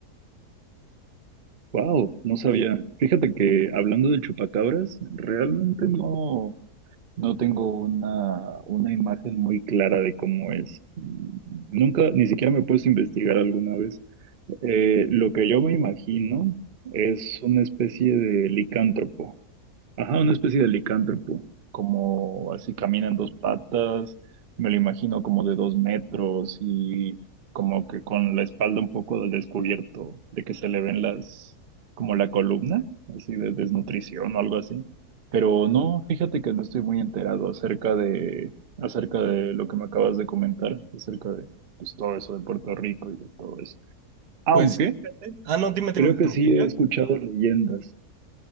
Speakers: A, on the right; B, on the right.
A: Wow, no sabía. Fíjate que hablando de chupacabras, realmente no, no tengo una, una imagen muy clara de cómo es. Nunca, ni siquiera me he puesto a investigar alguna vez. Eh, lo que yo me imagino es una especie de licántropo. Ajá, una especie de licántropo, como así camina en dos patas, me lo imagino como de dos metros y como que con la espalda un poco del descubierto, de que se le ven las, como la columna, así de desnutrición o algo así. Pero no, fíjate que no estoy muy enterado acerca de, acerca de lo que me acabas de comentar, acerca de pues, todo eso de Puerto Rico y de todo eso. Aunque
B: Pues fíjate. Ah, no, dime, dime.
A: creo que
B: ¿Autista?
A: sí he escuchado leyendas